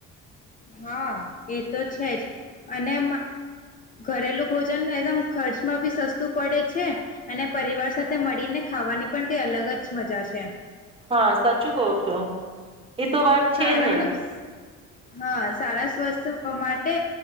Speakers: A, on the left; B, on the right.
A: હા એ તો છે જ અને ઘરેલું ભોજન એકદમ ખર્ચમાં બી સસ્તું પડે છે અને પરિવાર સાથે મળીને ખાવાની પણ કઈ અલગ જ મજા છે.
B: હા સાચું કવો છો. એ તો વાત છે
A: સારા
B: ને.
A: મતલબ હા સારા સ્વસ્થ માટે